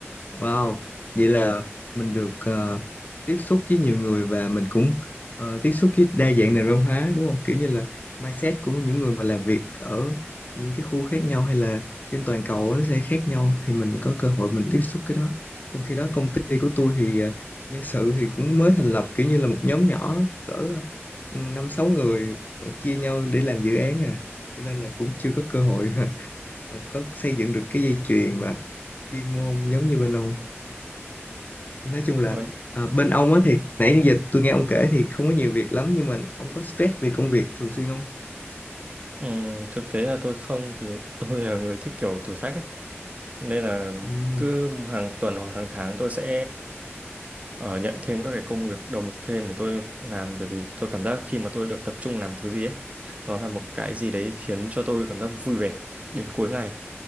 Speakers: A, on the left (about 40°); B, on the right (about 30°).
A: Wow, vậy là mình được ờ, tiếp xúc với nhiều người và mình cũng ờ, tiếp xúc với đa dạng nền văn hóa đúng không? Kiểu như là mindset của những người mà làm việc ở những cái khu khác nhau hay là trên toàn cầu á, nó sẽ khác nhau thì mình có cơ hội mình tiếp xúc cái đó. Trong khi đó công ty của tôi thì ờ, nhân sự thì cũng mới thành lập kiểu như là một nhóm nhỏ cỡ ừ, năm sáu người mà chia nhau để làm dự án à. Cho nên là cũng chưa có cơ hội <laughs> có xây dựng được cái dây chuyền mà chuyên môn giống như bên ông nói chung là
B: ở,
A: à, bên ông á thì nãy giờ tôi nghe ông kể thì không có nhiều việc lắm nhưng mà ông có stress vì công việc thường xuyên không?
B: ừm, thực tế là tôi không thì tôi là người thích kiểu thử thách ấy. nên là
A: Ừm,
B: cứ hàng tuần hoặc hàng tháng tôi sẽ ờ, nhận thêm các cái công việc đầu mục thêm để tôi làm bởi vì tôi cảm giác khi mà tôi được tập trung làm thứ gì ấy nó là một cái gì đấy khiến cho tôi cảm giác vui vẻ đến cuối ngày